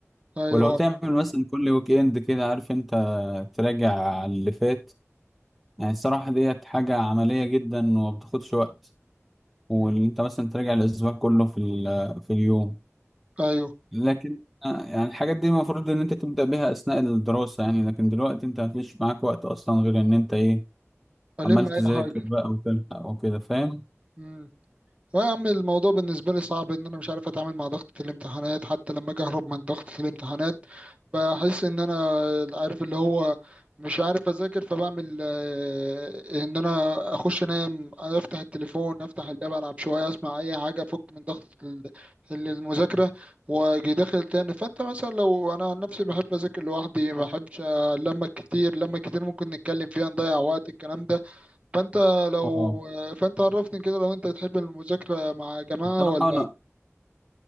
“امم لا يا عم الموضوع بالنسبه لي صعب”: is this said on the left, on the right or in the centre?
Right